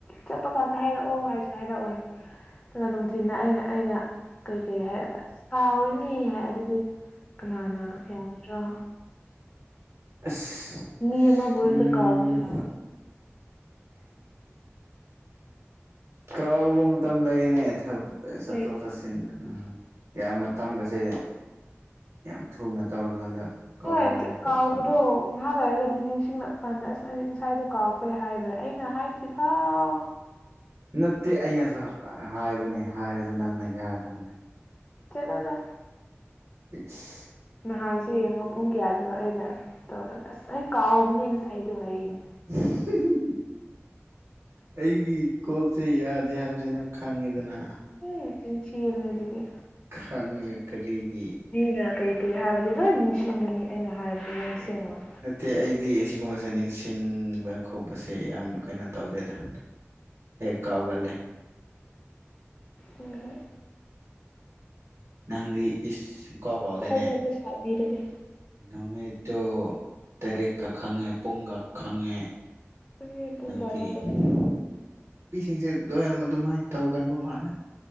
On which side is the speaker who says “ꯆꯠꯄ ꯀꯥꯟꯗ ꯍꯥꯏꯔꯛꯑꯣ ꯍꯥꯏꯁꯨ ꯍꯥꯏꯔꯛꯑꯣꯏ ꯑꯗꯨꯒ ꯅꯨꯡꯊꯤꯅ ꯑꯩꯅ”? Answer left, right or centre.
Left